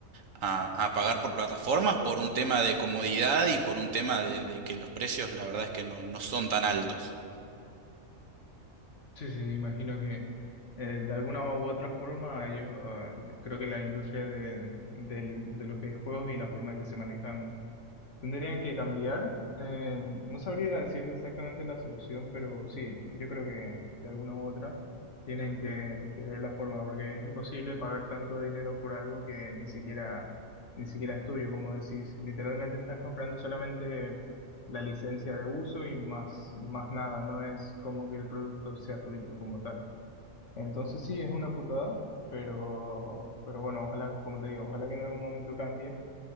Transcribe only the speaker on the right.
a, a pagar por plataformas por un tema de comodidad y por un tema de, de que los precios, la verdad es que no, no son tan altos.